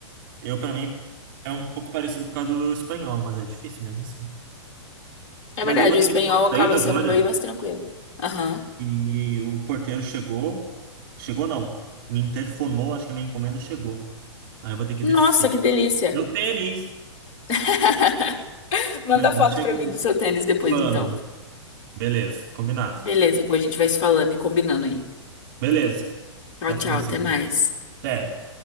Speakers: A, on the right; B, on the left.
A: Eu para mim é um pouco parecido por causa do espanhol, mas é difícil mesmo assim.
B: É
A: Mas
B: verdade,
A: eu vou
B: o
A: ter
B: espanhol
A: que dar uma
B: acaba
A: saída
B: sendo
A: agora.
B: meio mais tranquilo. Aham.
A: E o porteiro chegou. Chegou não. Me interfonou, acho que a minha encomenda chegou. Aí eu vou ter que
B: Nossa,
A: descer.
B: que delícia.
A: Meu tênis!
B: <laughs> Manda
A: Meu tênis
B: foto
A: chegou.
B: pra mim do seu tênis depois,
A: Mando.
B: então.
A: Beleza, combinado.
B: Beleza, Gu, a gente vai se falando e combinando aí.
A: Beleza.
B: Tchau,
A: Próximo
B: tchau, até
A: cinema.
B: mais.
A: Até.